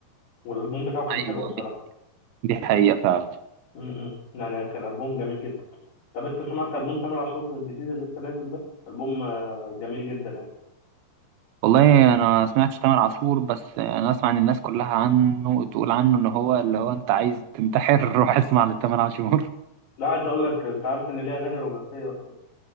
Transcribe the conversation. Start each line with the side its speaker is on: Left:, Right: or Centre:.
Left: والألبوم بتاعه كان حلو
Right: أيوة
Left: بصراحة
Right: دي دي حقيقة فعلا
Left: امم يعني كان ألبوم جميل جدا طب أنت سمعت ألبوم تامر عاشور الجديد اللي لسه نازل ده ألبوم آه، جميل جدا يعني
Right: والله أنا ما سمعتش تامر عاشور بس أنا أسمع إن الناس كلها عنه تقول عنه إن هو اللي هو أنت عايز تنتحر <laughs> روح اسمع لتامر عاشور
Left: لا عايز أقول لك أنت عارف إن ليه أغاني رومانسية أصلا